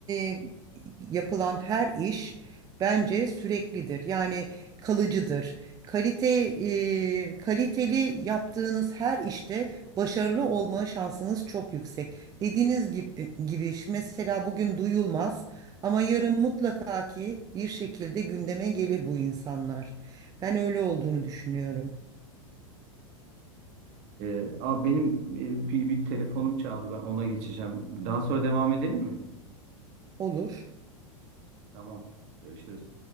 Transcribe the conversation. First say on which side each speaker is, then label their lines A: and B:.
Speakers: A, on the right (about 25°); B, on the right (about 45°).
A: e, yapılan her iş bence süreklidir. Yani kalıcıdır. Kalite e, kaliteli yaptığınız her işte başarılı olma şansınız çok yüksek. Dediğiniz gibi, gibi ş- mesela bugün duyulmaz ama yarın mutlaka ki bir şekilde gündeme gelir bu insanlar. Ben öyle olduğunu düşünüyorum.
B: Ee, aa benim e, bir, bir telefonum çaldı. Ben ona geçeceğim. Daha sonra devam edelim mi?
A: Olur.
B: Tamam. Görüşürüz.